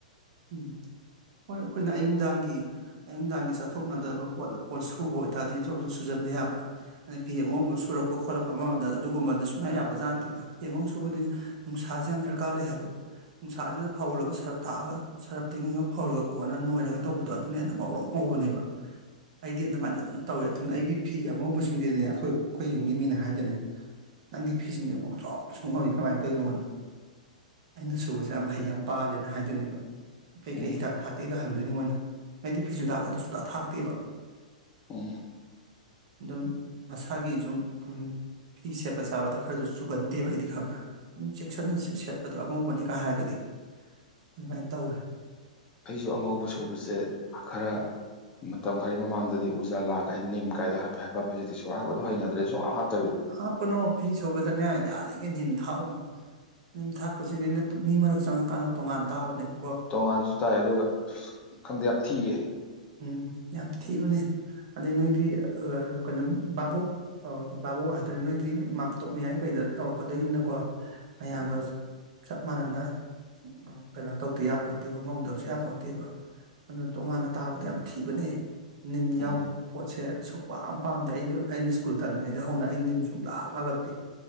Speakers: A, on the right (about 55°); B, on the left (about 25°).
A: ꯎꯝ ꯍꯣꯏ ꯑꯩꯈꯣꯏꯅ ꯑꯌꯨꯛꯗꯥꯡꯒꯤ ꯑꯌꯨꯛꯗꯥꯡꯒꯤ ꯆꯠꯊꯣꯛꯅꯗꯕ ꯄꯣꯠꯅ ꯑꯣ ꯁꯨꯕ ꯑꯣꯏꯇꯥꯗꯤ ꯖꯣꯕ ꯖꯣꯕ ꯁꯨꯖꯟꯕ ꯌꯥꯕ ꯑꯗꯩ ꯐꯤ ꯑꯉꯧꯕ ꯁꯨꯔꯛꯄ ꯈꯣꯠꯂꯛꯄ ꯑꯃꯗ ꯑꯗꯨꯒꯨꯝꯕꯗꯤ ꯁꯨꯡꯌꯥ ꯌꯥꯕ ꯖꯥꯠ ꯅꯠꯇꯦꯅ ꯐꯤ ꯑꯉꯧ ꯁꯨꯕꯗꯤ ꯅꯨꯡꯁꯥꯁꯦ ꯌꯥꯝ ꯗꯔꯀꯥꯔ ꯂꯩ ꯍꯥꯏꯕ ꯅꯨꯡꯁꯥꯖꯤꯗ ꯐꯧꯔꯒ ꯁꯔꯞ ꯇꯥꯛꯑꯒ ꯁꯔꯞ ꯇꯤꯡꯉꯒ ꯐꯧꯔꯒ ꯀꯣꯟꯅ ꯅꯣꯏꯔꯒ ꯇꯧꯕꯗꯣ ꯑꯗꯨꯅ ꯍꯦꯟꯅ ꯉꯧꯔꯣꯛ ꯉꯧꯕꯅꯦꯕ ꯑꯩꯗꯤ ꯑꯗꯨꯃꯥꯏꯅ ꯑꯗꯨꯝ ꯇꯧꯋꯦ ꯑꯗꯨꯅ ꯑꯩꯒꯤ ꯐꯤ ꯑꯉꯧꯕꯁꯤꯡꯁꯤꯗꯤꯅꯦ ꯑꯈꯣꯏ ꯑꯈꯣꯏ ꯌꯨꯝꯒꯤ ꯃꯤꯅ ꯍꯥꯏꯗꯣꯏꯅꯤ ꯅꯪꯒꯤ ꯐꯤꯁꯤꯡꯖꯤ ꯉꯧꯁꯣꯛ ꯉꯧꯁꯣꯛ ꯉꯧꯏ ꯀꯃꯥꯏꯅ ꯇꯧꯏꯅꯣꯅ ꯑꯩꯅ ꯁꯨꯕꯖꯦ ꯌꯥꯝ ꯍꯩ ꯌꯥꯝ ꯄꯥꯜꯂꯦꯅ ꯍꯥꯏꯗꯣꯏꯅꯦ ꯀꯩ ꯀꯩ
B: ꯎꯝ
A: ꯍꯤꯗꯥꯛ ꯊꯥꯛꯀꯦꯒ ꯍꯪꯉꯤ ꯗꯨꯏꯅꯤ ꯃꯣꯏꯅ ꯑꯩꯗꯤ ꯐꯤꯖꯨꯗꯥꯛꯀꯗꯨ ꯁꯨꯊꯥꯛ ꯊꯥꯛꯇꯦꯕ
B: ꯎꯝ
A: ꯑꯗꯨꯝ ꯃꯁꯥꯒꯤ ꯖꯨꯝ ꯎꯝ ꯐꯤ ꯁꯦꯠꯄ ꯆꯥꯕꯗ ꯈꯔꯖꯨ ꯆꯨꯒꯟꯗꯦꯕ ꯑꯩꯗꯤ ꯈꯪꯕ꯭ꯔꯥ ꯑꯗꯨꯝ ꯆꯦꯛꯁꯤꯟꯅ ꯁꯦꯠꯄꯗꯣ ꯑꯉꯧꯕꯅꯤꯒ ꯍꯥꯏꯔꯒꯗꯤ ꯑꯗꯨꯃꯥꯏꯅ ꯇꯧꯋꯦ
B: ꯑꯩꯖꯨ ꯑꯉꯧꯕ ꯁꯨꯕꯖꯦ ꯈꯔ ꯃꯇꯝ ꯈꯔꯒꯤ ꯃꯃꯥꯡꯗꯗꯤ ꯎꯖꯥꯂꯥ ꯀꯥꯏ ꯅꯤꯝ ꯀꯥꯏꯗꯣ ꯍꯥꯏꯐꯦꯠ ꯍꯥꯏꯄꯃꯤ ꯍꯧꯖꯤꯛꯇꯤ ꯁꯨꯍꯥꯞ ꯑꯗꯨ ꯍꯩꯅꯗ꯭ꯔꯦ ꯁꯨꯍꯥꯞ ꯍꯥꯞ
A: ꯍꯥꯞꯄꯨꯅꯣ ꯐꯤ ꯁꯨꯕꯗꯅꯦ ꯌꯥꯔꯤꯉꯩ ꯅꯤꯝ ꯊꯥꯛꯎꯅꯨ ꯅꯤꯝ ꯊꯥꯛꯄꯁꯤꯗꯤꯅꯦ ꯃꯤ ꯃꯔꯛ ꯆꯪꯉꯀꯥꯟꯗ ꯇꯣꯉꯥꯟ ꯇꯥꯕꯅꯦꯕ
B: ꯇꯣꯡꯉꯥꯟꯁꯨ ꯇꯥꯏ ꯑꯗꯨꯒ ꯈꯪꯗꯦ ꯌꯥꯝ ꯊꯤꯌꯦ
A: ꯎꯝ ꯌꯥꯝ ꯊꯤꯕꯅꯦ ꯑꯗꯩ ꯅꯣꯏꯒꯤ ꯀꯩꯅꯣ ꯕꯥꯥꯕꯣꯛ ꯕꯥꯕꯣꯛ ꯍꯥꯏꯇꯥꯔꯦ ꯅꯣꯏꯗꯤ ꯃꯥꯝꯇꯣꯞ ꯃꯌꯥꯏ ꯀꯩꯗ ꯇꯧꯔꯛꯀꯗꯣꯏꯅꯤꯅꯀꯣ ꯃꯌꯥꯝꯒ
B: ꯎꯝ
A: ꯆꯞ ꯃꯥꯟꯅꯅ ꯎ ꯀꯩꯅꯣ ꯇꯧꯗ ꯌꯥ ꯄꯣꯟꯇꯦꯕ ꯉꯧꯗꯕꯁꯨ ꯌꯥ ꯄꯣꯟꯇꯦꯕ ꯑꯗꯨꯅ ꯇꯣꯉꯥꯟꯅ ꯇꯥꯕꯗ ꯌꯥꯝ ꯊꯤꯕꯅꯦ ꯅꯤꯝ ꯌꯥꯎꯕ
B: ꯎꯝ
A: ꯄꯣꯠꯁꯦ ꯁꯛꯄꯝ ꯄꯥꯝꯗꯦ ꯑꯩꯗꯤ ꯑꯩꯅ ꯁ꯭ꯀꯨꯜ ꯇꯥꯅꯤꯡꯉꯩꯗ ꯑꯗꯨ ꯍꯧꯅ ꯑꯩ ꯅꯤꯝ ꯁꯨꯝ ꯂꯥꯛ ꯉꯥꯜꯂꯛꯇꯦ